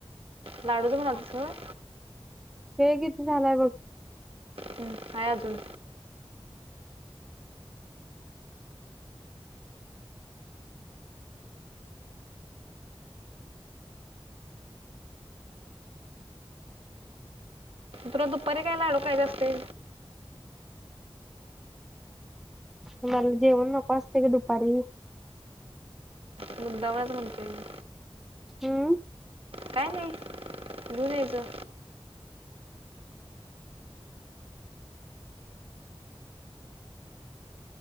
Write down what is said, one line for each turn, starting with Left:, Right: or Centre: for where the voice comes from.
Right: लाडूच म्हणालतीस सात
Centre: वेळ किती झालाय बघ?
Right: हुं <inaudible> हाय आजून तुला दुपारी <inaudible> काय लाडू खायच असतय?
Centre: मला जेवण नको आसतय गं दुपारी
Right: मुृदामच <inaudible> म्हणतोय मी
Centre: हुं -
Right: काय नाही, घेऊन यायचं.